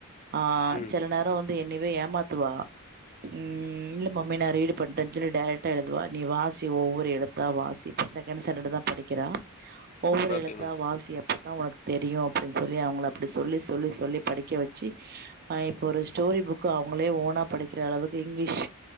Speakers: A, on the right; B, on the left.
A: ஆ
B: ம்
A: சில நேரோ வந்து என்னவே ஏமாத்துவா ம் இல்ல மம்மி நா ரீட் பண்ட்டன்னு சொல்லி டைரக்டா எழுதுவா நீ வாசி ஒவ்வொரு எழுதா வாசி இப்ப செகண்ட்ஸ்டாண்டர்ட் தா படிக்கிறா ஒவ்வொரு
B: ஓகே
A: எழுத்தா
B: மேடம்
A: வாசியப் அப்பதா உனக்கு தெரியு அப்டின்னு சொல்லி அவுங்கள அப்டி சொல்லி சொல்லி சொல்லி படிக்க வெச்சு ஆ இப்ப ஒரு ஸ்டோரி புக் புக் அவுங்களே ஓனா படிக்கிற அளவுக்கு இங்கிலீஷ்